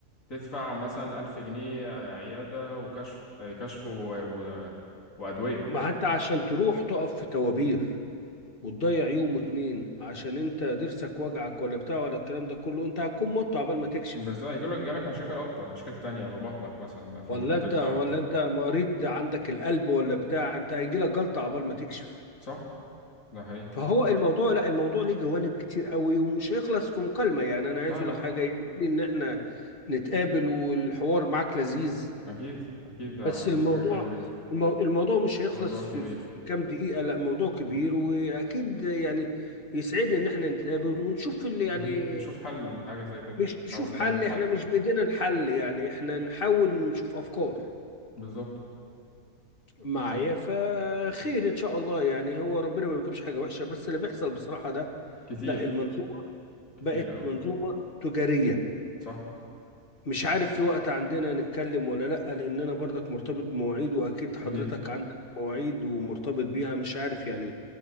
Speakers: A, on the left; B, on the left.
A: تدفع مثلا 1000 جنيه عيادة وكشف آه، كشف و... و... وأدوية
B: ما انت عشان تروح تقف في توابير وتضيع يوم واتنين عشان انت ضرسك وجعك ولا بتاع ولا الكلام ده كله انت هتكون مت عبال ما تكشف
A: بالظبط هيجيلك جالك مشاكل أكتر مشاكل تانية ببطنك مثلا بقى فمن
B: ولا
A: كتر
B: انت
A: التعب
B: ولا انت مريض عندك القلب ولا بتاع انت هيجيلك جلطه عبال ما تكشف
A: صح؟ ده حقيقي
B: فهو الموضوع لا الموضوع ليه جوانب كتير قوي ومش هيخلص في مكالمة يعني انا عايز
A: لا
B: اقول
A: لا
B: لك حاجة يمكن ان احنا نتقابل والحوار معاك لذيذ
A: أكيد أكيد ده
B: بس جدا الموضوع
A: حاجة حلوة جدا
B: المو- الموضوع مش هيخلص
A: موضوع كبير
B: في في كام دقيقة لا موضوع كبير واكيد يعني يسعدني ان احنا نتقابل ونشوف اللي يعني
A: أكيد نشوف حل حاجة زي كده
B: مش أكيد
A: نحاول
B: نشوف
A: نوجد
B: حل
A: حل
B: احنا مش بايدينا الحل يعني احنا نحاول نشوف افكار
A: بالظبط
B: معايا فخير ان شاء الله يعني هو ربنا ما بيجيبش حاجة وحشة بس اللي بيحصل بصراحة ده
A: كتير
B: لا
A: كتير
B: بقت
A: اه
B: منظومة تجارية
A: صح
B: مش عارف في وقت عندنا نتكلم ولا لأ لأن أنا برضك مرتبط بمواعيد وأكيد حضرتك
A: اكيد
B: عندك مواعيد ومرتبط بيها مش عارف يعني